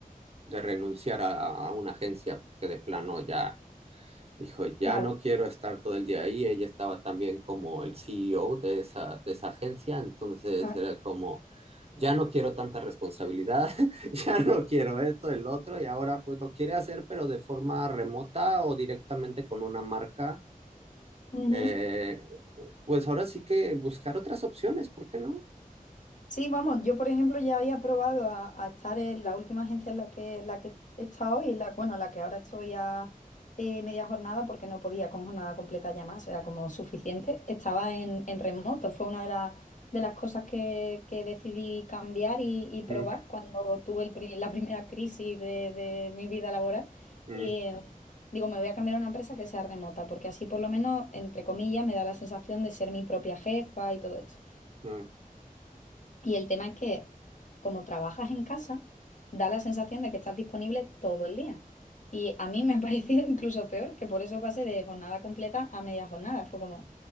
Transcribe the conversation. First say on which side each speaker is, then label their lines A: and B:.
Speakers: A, on the right (about 45°); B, on the left (about 60°).
A: de renunciar a, a una agencia porque de plano ya Dijo, ya
B: Claro.
A: no quiero estar todo el día ahí. Ella estaba también como el CEO de esa, de esa agencia, entonces
B: Ajá.
A: era como, ya no quiero tanta responsabilidad, <laughs> ya no quiero esto, el otro, y ahora pues lo quiere hacer, pero de forma remota o directamente con una marca.
B: Ujú.
A: Eh, pues ahora sí que buscar otras opciones, ¿por qué no?
B: Sí, vamos, yo por ejemplo ya había probado a, a estar en la última agencia en la que, en la que he estado y la, bueno, la que ahora estoy a eh, media jornada porque no podía con jornada completa ya más, era como suficiente. Estaba en, en remoto, fue una de, las de las cosas que, que decidí cambiar y, y probar
A: Mm,
B: cuando tuve el pri- la primera crisis de, de mi vida laboral.
A: mm,
B: Eh, digo, me voy a cambiar a una empresa que sea remota porque así por lo menos, entre comillas, me da la sensación de ser mi propia jefa y todo esto.
A: claro.
B: Y el tema es que como trabajas en casa, da la sensación de que estás disponible todo el día. Y a mí me ha <laughs> parecido incluso peor, que por eso pasé de jornada completa a media jornada. Fue como,